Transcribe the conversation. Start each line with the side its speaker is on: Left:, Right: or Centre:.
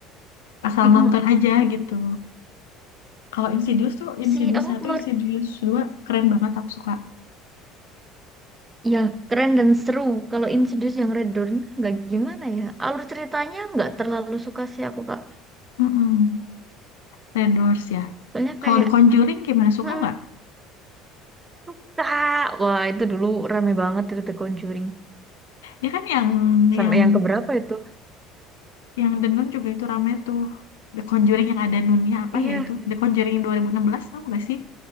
Left: asal
Right: Mm-mm.
Left: nonton aja gitu kalau Insidious tuh Insidious
Right: Sih, aku
Left: satu
Right: kemarin
Left: Insidious 2 keren banget aku suka
Right: Ya, keren dan seru. Kalau Insidious yang Red Dawn nggak gimana ya. Alur ceritanya nggak terlalu suka sih aku, Kak.
Left: mm The Doors ya
Right: Soalnya
Left: kalau
Right: kayak,
Left: The Conjuring gimana suka
Right: hmm,
Left: nggak
Right: suka. Wah, itu dulu rame banget itu The Conjuring.
Left: ya kan yang
Right: Sampai
Left: yang
Right: yang keberapa itu?
Left: yang The Nun juga itu rame tuh The Conjuring yang ada Nunnya apa
Right: Iya,
Left: ya itu The Conjuring 2016 tau nggak sih